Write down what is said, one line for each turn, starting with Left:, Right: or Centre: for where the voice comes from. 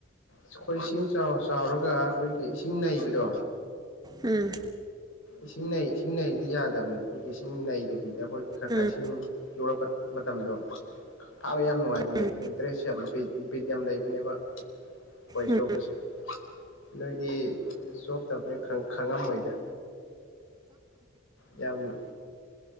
Left: ꯑꯩꯈꯣꯏ ꯏꯁꯤꯡ ꯆꯥꯎꯔ ꯆꯥꯎꯔꯒ ꯑꯩꯈꯣꯏꯒꯤ ꯏꯁꯤꯡ ꯅꯩꯕꯗꯣ
Right: ꯎꯝ
Left: ꯏꯁꯤꯡ ꯅꯩ ꯏꯁꯤꯡ ꯅꯩꯗꯤ ꯌꯥꯗꯕꯅꯦ ꯑꯩꯈꯣꯏꯒꯤ ꯏꯁꯤꯡ ꯅꯩꯗꯕꯤꯗ ꯑꯩꯈꯣꯏ ꯈꯔ ꯈꯔ
Right: ꯎꯝ
Left: ꯏꯁꯤꯡ <unintelligible> ꯃꯇꯝꯗꯣ ꯊꯥꯕ ꯌꯥꯝ ꯌꯥꯝ ꯅꯨꯡꯉꯥꯏꯕꯅꯦ
Right: ꯎꯝ
Left: ꯏꯟꯇꯔꯦꯁ ꯌꯥꯝ ꯕꯤꯠ ꯕꯤꯠ ꯌꯥꯝ ꯂꯩꯕꯅꯦꯕ ꯈꯣꯏ
Right: ꯎꯝ
Left: ꯆꯣꯞꯄꯁꯦ ꯅꯪꯗꯤ ꯁꯣꯛꯇꯕꯅꯤꯅ ꯈꯪ ꯈꯪꯉꯝꯃꯣꯏꯗ ꯌꯥꯝ